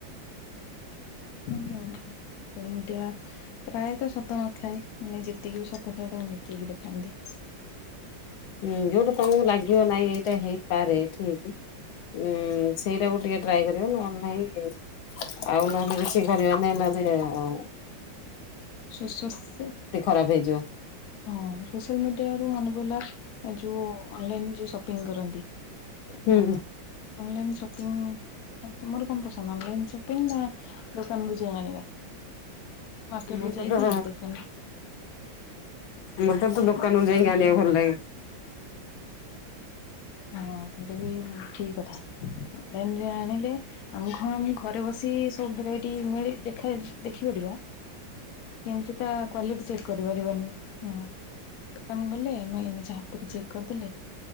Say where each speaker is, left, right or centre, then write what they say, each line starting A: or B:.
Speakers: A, on the left; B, on the left.
A: ଏମିତି ଆଉ ସୋସିଆଲ ମିଡ଼ିଆ ପ୍ରାୟତଃ ସତ ନଥାଏ। ମାନେ ଯେତିକି ବି ସତ ଥାଏ ତାକୁ ମିଶେଇକି ଦେଖାନ୍ତି।
B: ହୁଁ ଯୋଉଠୁ ତମକୁ ଲାଗିବ ନାଇଁ ହେଇପାରେ ଠିକ୍ ଉଁ ସେଇଟାକୁ ଟିକେ ଟ୍ରାଏ କରିବେ ନହେଲେ ନାଇଁ ହେଁ ଆଉ ନହେଲେ କିଛି କରିବା ନାଇଁ ନହେଲେ ଆ
A: ସୋସ ସେ
B: ଖରାପ ହେଇଯିବ।
A: ହଁ ସୋସିଆଲ ମିଡିଆ ରୁ ମନେ ପଡ଼ିଲା ଯୋଉ ଅନଲାଇନ ସପିଙ୍ଗ କରନ୍ତି
B: ହୁଁ
A: ଆହ ଅନଲାଇନ ସପିଙ୍ଗ ତମର କଣ ପସନ୍ଦ ଅନଲାଇନ ସପିଙ୍ଗ ନା ଦୋକାନ ରୁ ଯାଇଁ ଆଣିବା? ମାର୍କେଟକୁୁ
B: ମତେ
A: ଯାଇକି
B: ତ
A: ଦୋକାନ
B: ମୋତେ ତ ଦୋକାନରୁ ଯାଇଁକି ଆଣିବାକୁ ଭଲ ଲାଗେ।
A: ହଁ ସେଇଟା ବି ଉଁ ଠିକ କଥା। ଅନଲାଇନ ରେ ଆଣିଲେ ଆମକୁ ହଁ ଆମେ ଘରେ ବସି ସବୁ ଭେରାଇଟି ମିଳି ଦେଖାଇ ଦେଖିପାରିବା। କିନ୍ତୁ ତା କ୍ଵାଲିଟି ଚେକ୍ କରିପାରିବାନି। ଦୋକାନ ଗଲେ ଆମେ ନିଜ ହାତରେ ଚେକ୍ କରିଦେଲେ।